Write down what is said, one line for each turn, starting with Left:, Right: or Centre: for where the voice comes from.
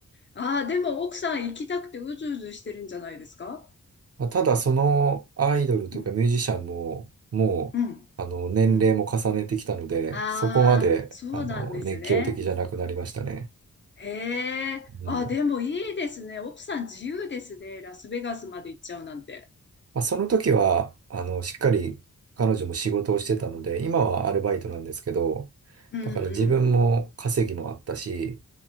Left: ああ、でも奥さん行きたくてうずうずしてるんじゃないですか
Right: まあただそのアイドルというかミュージシャンも、
Left: うん、
Right: もう、
Left: うん、
Right: あの、年齢も重ねてきたので、
Left: うん。ああ、
Right: そこまで、
Left: そうなんですね。
Right: あの、熱狂的じゃなくなりましたね。
Left: へえ。
Right: うん。
Left: あ、でもいいですね。奥さん自由ですね。ラスベガスまで行っちゃうなんて。
Right: まあ、その時は、あの、しっかり彼女も仕事をしてたので、今はアルバイトなんですけど、
Left: うん、
Right: だから自分も稼ぎもあったし、
Left: うん、うん、